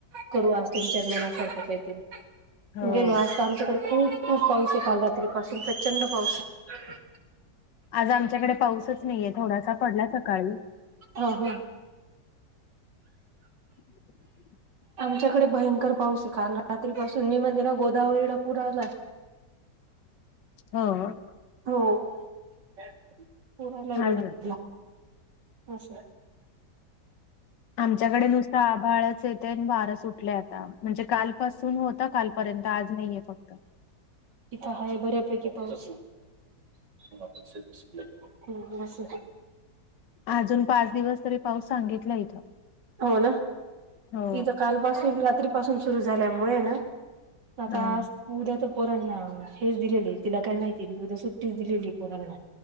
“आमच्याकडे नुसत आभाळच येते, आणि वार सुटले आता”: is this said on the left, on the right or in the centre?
Left